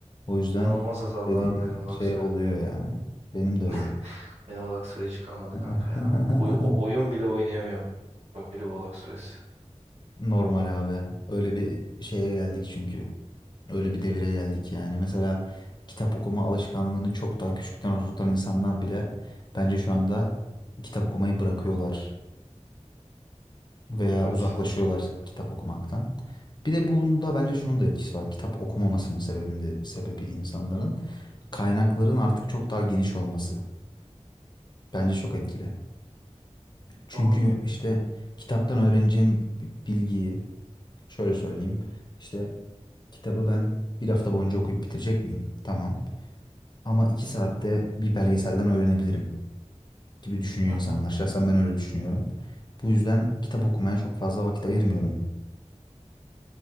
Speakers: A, on the left (about 40°); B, on the right (about 65°).
A: O yüzden
B: İnanılmaz azaldı
A: dediğin
B: abi benim odak
A: şey
B: süre.
A: oluyor yani. Benim de öyle.
B: <laughs> Benim odak süre hiç kalmadı
A: <laughs>
B: kanka ya. Oy- o- oyun bile oynayamıyorum. Böyle bir odak süresi.
A: Normal abi. Öyle bir şeye geldik çünkü. Öyle bir devire geldik yani. Mesela kitap okuma alışkanlığını çok daha küçükten oturtan insanlar bile bence şu anda kitap okumayı bırakıyorlar. veya
B: Evet.
A: uzaklaşıyorlar kitap okumaktan. Bir de bunda bence şunun da etkisi var. Kitap okumamasının sebebinde, sebebi insanların kaynakların artık çok daha geniş olması. Bence çok etkili. Çünkü
B: Doğru.
A: işte kitaptan öğreneceğim bi- bilgiyi şöyle söyleyeyim. İşte kitabı ben bir hafta boyunca okuyup bitirecek miyim? Tamam. Ama iki saatte bir belgeselden öğrenebilirim gibi düşünüyor
B: Hı
A: insanlar.
B: hı.
A: Şahsen ben öyle düşünüyorum. Bu yüzden kitap okumaya çok fazla vakit ayırmıyorum.